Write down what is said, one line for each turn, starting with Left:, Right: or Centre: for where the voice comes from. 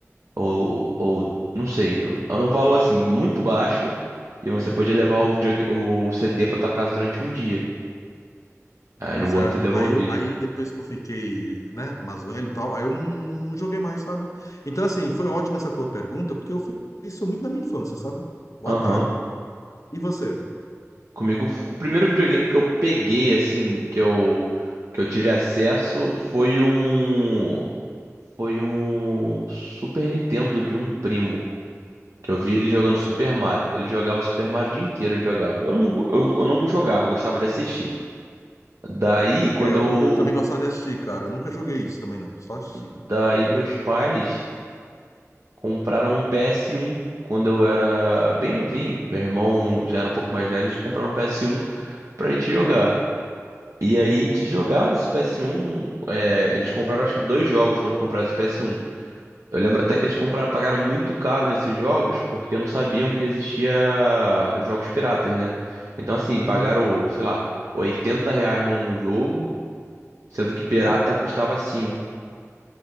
Right: ou, ou não sei, era um valor assim muito baixo e você podia levar
Left: uhum.
Right: o videog- o CD pra tua casa durante um dia. Aí
Left: Pois
Right: no outro
Left: é.
Right: eu devolvi.
Left: Aí, eu- aí depois que eu fiquei, né, mais velho e tal, aí eu não, não- não joguei mais, sabe? Então, assim, foi ótima essa tua pergunta, porque eu fiz isso muito na minha infância, sabe? O
Right: Aham.
Left: Atari. E você?
Right: Comigo, f- o primeiro videogame que eu peguei assim, que eu que eu tive acesso foi um foi um Super Nintendo de um primo. Que eu vi ele jogando
Left: Ah,
Right: Super
Left: você já pegou.
Right: Mario.
Left: pô.
Right: Ele jogava Super Mario o dia inteiro, ele jogava. Eu não, go- eu, eu não jogava, eu gostava de assistir. Daí, quando
Left: É, eu,
Right: eu.
Left: tam- eu também gostava de assistir, cara. Nunca joguei isso também, não. Só assisti.
Right: Daí, meus pais. compraram um PS1 quando eu era bem novinho. Meu irmão já era um pouco mais velho, eles compraram um PS1 pra gente jogar. E
Left: Uhum,
Right: aí a gente jogava esse PS1. é, eles compraram acho que dois jogos quando compraram esse PS1. Eu lembro até que eles compraram, pagaram muito caro nesses jogos porque não sabiam que existia jogos piratas, né? Então assim,
Left: uhum,
Right: pagaram, sei lá, 80 reais num jogo, sendo que pirata
Left: hum.
Right: custava cinco